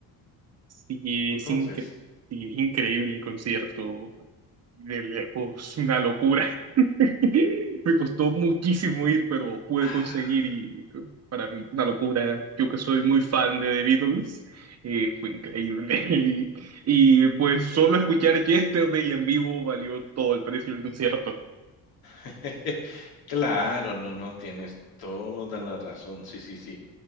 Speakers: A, on the right; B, on the left.
A: Sí,
B: entonces.
A: es, incre- sí, es increíble el concierto. De lejos, una locura. <laughs> Me costó muchísimo ir, pero pude
B: Ah,
A: conseguir y para mí una locura. Yo que soy muy fan de The Beatles, eh, fue increíble.
B: ah.
A: <laughs> Y, y, pues solo escuchar Yesterday en vivo valió todo el precio del concierto.
B: <laughs> Claro, no, no, tienes toda la razón, sí, sí, sí.